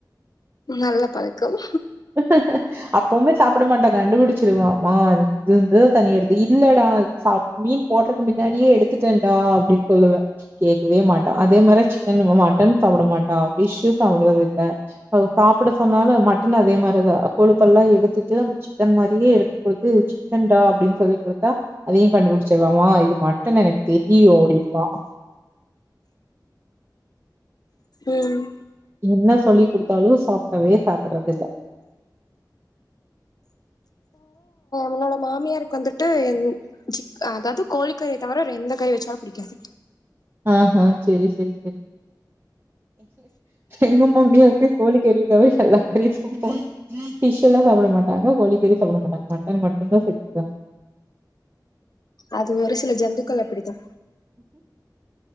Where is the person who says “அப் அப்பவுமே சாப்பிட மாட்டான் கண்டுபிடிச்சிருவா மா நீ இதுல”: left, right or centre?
Right